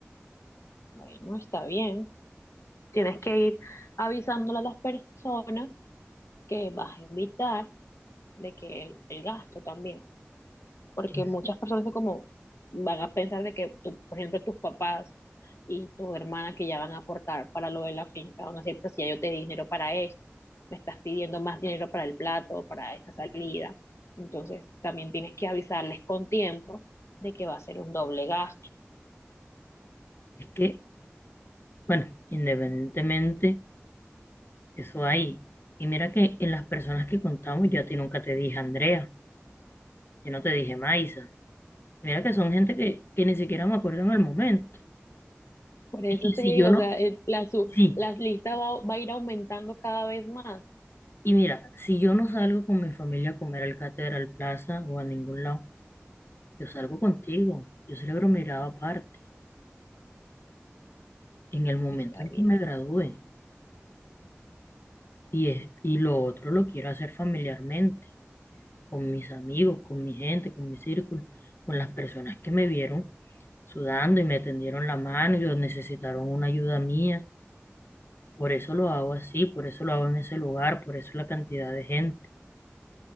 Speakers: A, on the left (about 75°); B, on the left (about 55°).
A: Bueno, está bien. Tienes que ir avisándole a las personas que vas a invitar de que el, el gasto también. porque
B: Es
A: muchas personas son como van a pensar de que, tú, por ejemplo, tus papás y tus hermanas que ya van a aportar para lo de la finca, van a decir, pero si ya yo te di dinero para esto, me estás pidiendo más dinero para el plato, para esa salida. Entonces, también tienes que avisarles con tiempo de que va a ser un doble gasto.
B: es que, bueno, independientemente, eso hay. Y mira que en las personas que contamos, yo a ti nunca te dije Andrea, yo no te dije Maisa. Mira que son gente que, que ni siquiera me acuerdo en el momento.
A: Por eso
B: Y
A: te
B: que si
A: digo,
B: yo no,
A: o sea, el- la, su-
B: Sí,
A: la lista va, va a ir aumentando cada vez más.
B: y mira, si yo no salgo con mi familia a comer al Catedral Plaza o a ningún lado, yo salgo contigo, yo celebro mi grado aparte, en el momento
A: Está
B: en
A: bien,
B: que me gradúe, y, es- y lo otro lo quiero hacer familiarmente, con mis amigos, con mi gente, con mi círculo, con las personas que me vieron sudando y me tendieron la mano y o necesitaron una ayuda mía, por eso lo hago así, por eso lo hago en ese lugar, por eso la cantidad de gente,